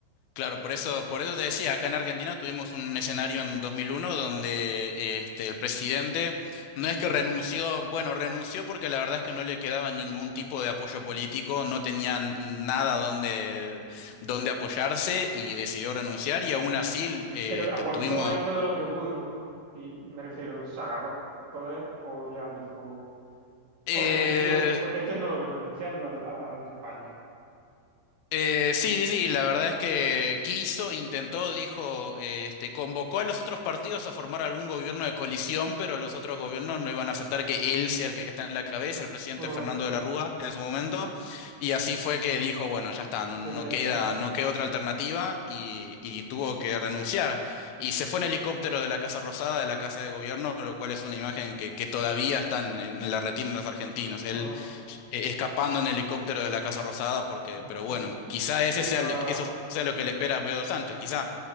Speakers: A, on the left; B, on the right.
A: Claro, por eso, por eso te decía, acá en Argentina tuvimos un escenario en 2001 donde este, el presidente no es que renunció, bueno, renunció porque la verdad es que no le quedaba ningún tipo de apoyo político, no tenía nada donde, donde apoyarse y decidió renunciar y aún así eh,
B: Pero
A: este,
B: aguantó
A: tuvimos...
B: ahí todo lo que pudo, ¿no? Y me refiero, se agarró al poder o ya dijo,
A: eh,
B: o renunció, porque este no lo veo renunciando al, al de España.
A: Eh, sí, sí, sí, la verdad es que quiso, intentó, dijo, eh, este, convocó a los otros partidos a formar algún gobierno de coalición, pero los otros gobiernos no iban a aceptar que él sea el que está en la cabeza, el presidente
B: Ah,
A: Fernando de la Rúa en su
B: Sí,
A: momento, y así fue que dijo, bueno, ya está, no, no
B: pues ya
A: queda,
B: está.
A: no queda otra alternativa y, y tuvo que renunciar. Y se fue en helicóptero de la Casa Rosada, de la Casa de Gobierno, lo cual es una imagen que, que todavía está en, en la retina de los argentinos
B: Ah,
A: eh, escapando en helicóptero de la Casa Rosada, porque,
B: hostia.
A: pero bueno, quizá ese
B: La,
A: sea lo- eso sea lo que le espera a Pedro Sánchez, quizá.